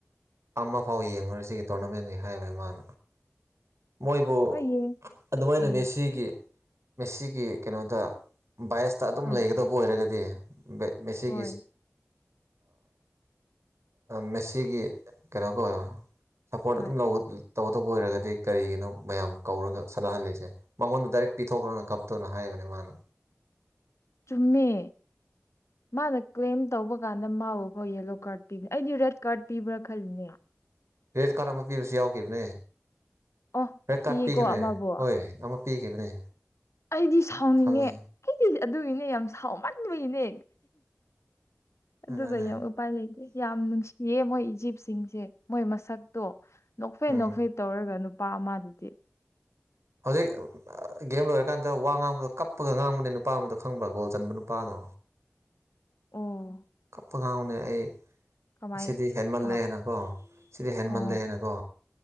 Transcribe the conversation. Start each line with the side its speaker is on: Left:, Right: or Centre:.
Right: ꯑꯃꯐꯥꯎ ꯌꯦꯡꯉꯨꯔꯦ ꯁꯤꯒꯤ ꯇꯣꯔꯅꯥꯃꯦꯟꯗ ꯍꯥꯏꯕꯅꯤ ꯃꯥꯅ ꯃꯣꯏꯕꯨ
Left: ꯍꯣꯏ ꯌꯦꯡ
Right: ꯑꯗꯨꯃꯥꯏꯅ
Left: ꯎꯝ
Right: ꯃꯦꯁꯤꯒꯤ ꯃꯦꯁꯤꯒꯤ ꯀꯩꯅꯣꯗ ꯕꯥꯏꯁꯇ ꯑꯗꯨꯝ
Left: ꯑꯥ
Right: ꯂꯩꯒꯗꯧꯕ ꯑꯣꯏꯔꯒꯗꯤ ꯃꯁꯤꯦꯒꯤ
Left: ꯍꯣꯏ
Right: ꯃꯦꯁꯤꯒꯤ ꯀꯩꯅꯣꯒ ꯑꯣꯏꯔꯣ ꯁꯞꯄꯣꯔꯠ
Left: ꯍꯣꯏ
Right: ꯑꯗꯨꯝ ꯇꯧꯇꯧꯕ ꯑꯣꯏꯔꯒꯗꯤ ꯀꯔꯤꯒꯤꯅꯣ ꯃꯌꯥꯝ ꯀꯧꯔꯒ ꯁꯥꯟꯅꯍꯜꯂꯤꯁꯦ ꯃꯉꯣꯟꯗ ꯗꯥꯏꯔꯦꯛ ꯄꯤꯊꯣꯛꯈ꯭ꯔꯣꯅ ꯀꯞꯇ꯭ꯔꯅ ꯍꯥꯏꯕꯅꯦ ꯃꯥꯅ
Left: ꯆꯨꯝꯃꯦ ꯃꯥꯅ ꯀ꯭ꯂꯦꯝ ꯇꯧꯕ ꯀꯥꯟꯗ ꯃꯥꯕꯨꯈꯣꯏ ꯌꯦꯂꯣ ꯀꯥꯔꯠ ꯄꯤꯕꯅꯦ ꯑꯩꯗꯤ ꯔꯦꯠ ꯀꯥꯇꯤꯕꯔ ꯈꯜꯅꯤ
Right: ꯔꯦꯠ ꯀꯥꯔꯠ ꯑꯃ ꯄꯤꯕꯁꯨ ꯌꯥꯎꯈꯤꯕꯅꯦ
Left: ꯑꯣ
Right: ꯍꯣꯏ
Left: ꯄꯤꯌꯦꯀꯣ
Right: ꯀꯠꯄꯤꯈꯤꯕꯅꯦ
Left: ꯑꯃꯕꯨ
Right: ꯍꯣꯏ ꯑꯃ ꯄꯤꯈꯤꯕꯅꯦ
Left: ꯑꯩꯗꯤ ꯁꯥꯎꯅꯤꯡꯉꯦ
Right: ꯈꯪꯉꯦ
Left: ꯑꯩꯗꯤ ꯑꯗꯨꯏꯅꯦ ꯌꯥꯝ ꯁꯥꯎꯃꯟꯕꯏꯅꯦ ꯑꯗꯨꯒ
Right: ꯑꯗꯨꯅꯦ
Left: ꯌꯥꯝ ꯎꯄꯥꯏ ꯂꯩꯇꯦ ꯌꯥꯝ ꯅꯨꯡꯁꯤꯌꯦ ꯃꯣꯏ ꯏꯖꯤꯞꯁꯤꯡꯁꯦ ꯃꯣꯏ ꯃꯁꯛꯇꯣ ꯅꯣꯛꯐꯩ
Right: ꯎꯝ
Left: ꯅꯣꯛꯐꯩ ꯇꯧꯔꯒ ꯅꯨꯄꯥ ꯑꯃꯗꯨꯗꯤ
Right: ꯍꯧꯖꯤꯛ ꯒꯦꯝ ꯂꯣꯏꯔꯀꯥꯟꯗ ꯋꯥ ꯉꯥꯡꯕꯗꯣ ꯀꯞꯄꯒ ꯉꯥꯡꯕꯅꯦ ꯅꯨꯄꯥ ꯑꯃꯗꯣ ꯈꯪꯕ꯭ꯔꯥ ꯒꯣꯜ ꯆꯟꯕ ꯅꯨꯄꯥꯅꯣ
Left: <unintelligible> ꯑꯣ
Right: ꯀꯞꯄꯒ ꯎꯅꯦ ꯑꯩ
Left: ꯀꯃꯥꯏ
Right: ꯁꯤꯗꯤ ꯍꯦꯟꯃꯜꯂꯦ
Left: ꯀꯃꯥꯏ
Right: ꯍꯥꯏꯦꯅ ꯀꯣ ꯁꯤꯗꯤ ꯍꯦꯟꯃꯜꯂꯦ
Left: ꯑꯣ
Right: ꯍꯥꯏꯦꯅ ꯀꯣ